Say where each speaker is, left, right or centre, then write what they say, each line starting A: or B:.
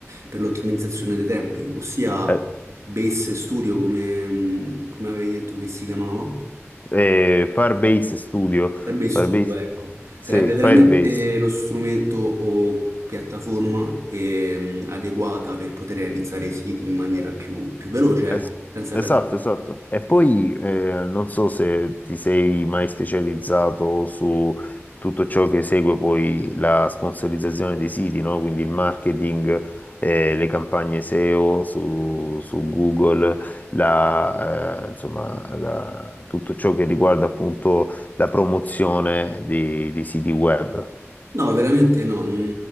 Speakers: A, on the right (about 85°); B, on the left (about 35°).
A: per l'ottimizzazione dei tempi, ossia
B: Eh,
A: Base Studio, come, mh, come avevi detto che si chiamava?
B: eh, Firebase Studio.
A: Sarebbe il Studio,
B: Firebase.
A: ecco. Sarebbe
B: Sì,
A: veramente
B: Firebase.
A: lo strumento o piattaforma ehm, adeguata per poter realizzare i siti in maniera più, più veloce,
B: Es-
A: ecco, senza
B: esatto,
A: perdere
B: esatto. E poi eh, non so se ti sei mai specializzato su tutto ciò che segue poi la sponsorizzazione dei siti, no? Quindi il marketing, eh, le campagne SEO su, su Google, la, eh, insomma, la- tutto ciò che riguarda appunto la promozione dei, dei siti web.
A: No, veramente no, non,